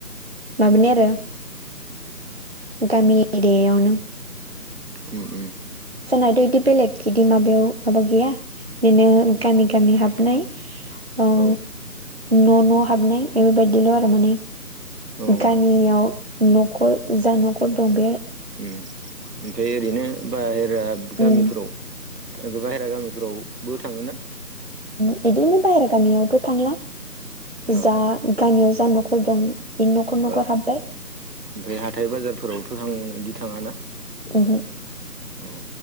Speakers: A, on the right; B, on the right.
A: मामोन आरो
B: उम
A: गामि एरियावनो।
B: उम उम
A: जोनाथ' बिदि बेलेग इदि माबायाव माबा गैया बिदिनो गामि गामि हाबनाय अ
B: औ
A: न' न' हाबनाय बेफोरबायदिल' आरो माने
B: औ उम
A: गा नियाव न'खर जा न'खर दं बे
B: उम ओमफ्राय ओरैनो बाहेरा
A: उम
B: गामिफोराव ओ बाहेरा गामिफ्रावबो थाङोना।
A: बिदिनो बाहेरा गामियावथ' थांला
B: औ
A: जा गामियाव जा न'खर दं बे न'खर न'खर
B: औ
A: हाबबाय
B: ओमफ्राय हाथाय बाजारफोरावथ' थां बिदि थाङाना
A: ओहो
B: औ